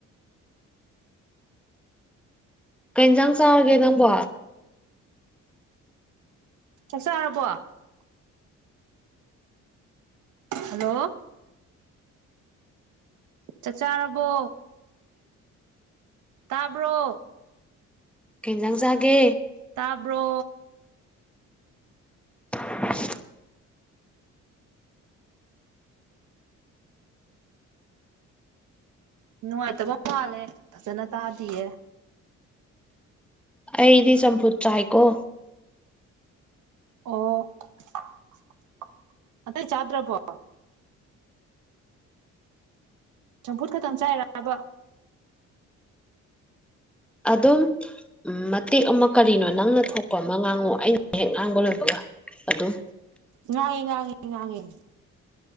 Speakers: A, in the centre; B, on the right (about 75°).
A: ꯀꯩ ꯍꯤꯟꯖꯥꯡ ꯆꯥꯔꯒꯦ ꯅꯪꯕꯣ꯫
B: ꯆꯛ ꯆꯥꯔꯕꯣ ꯍꯜꯂꯣ꯫ ꯆꯛ ꯆꯥꯔꯕꯣ ꯇꯥꯕ꯭ꯔꯣ꯫
A: ꯀꯩ ꯍꯤꯟꯖꯥꯡ ꯆꯥꯒꯦ꯫
B: ꯇꯥꯕ꯭ꯔꯣ꯫
A: <unintelligible>
B: ꯅꯨꯡꯉꯥꯏꯇꯕ ꯃꯥꯜꯂꯦ ꯐꯖꯅ ꯇꯥꯗꯤꯌꯦ꯫
A: ꯑꯩꯗꯤ ꯆꯝꯐꯨꯠ ꯆꯥꯏꯀꯣ꯫
B: ꯑꯣ <unintelligible> ꯑꯇꯩ ꯆꯥꯗ꯭ꯔꯕꫭ꯫ ꯆꯝꯐꯨꯠ ꯈꯛꯇꯪ ꯆꯥꯏꯔꯥꯕ꯫
A: ꯑꯗꯨꯝ꯫ ꯎꯝ ꯃꯇꯦꯛ ꯑꯃ ꯀꯔꯤꯅꯣ ꯅꯪꯅ ꯊꯣꯛꯄ ꯑꯃ ꯉꯥꯡꯉꯣ ꯑꯩꯅ ꯍꯦꯛ ꯉꯥꯡꯕ ꯂꯣꯏꯕꯒ ꯑꯗꯨꯝ꯫
B: ꯉꯥꯡꯉꯦ ꯉꯥꯡꯉꯤ ꯉꯥꯡꯉꯤ꯫